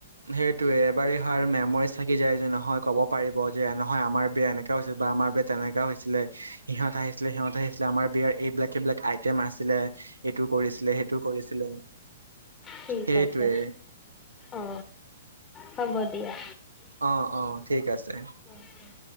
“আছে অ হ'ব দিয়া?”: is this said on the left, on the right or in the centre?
Left